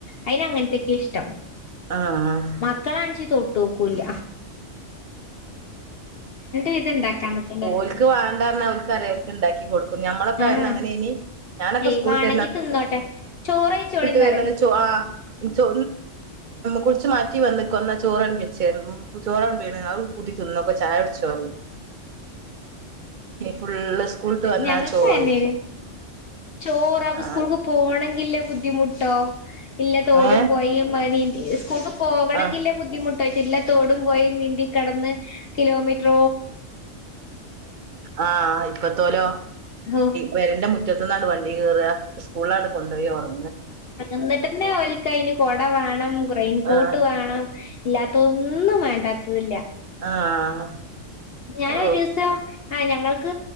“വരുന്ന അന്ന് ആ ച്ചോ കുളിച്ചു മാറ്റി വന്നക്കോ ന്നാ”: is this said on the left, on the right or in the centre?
Right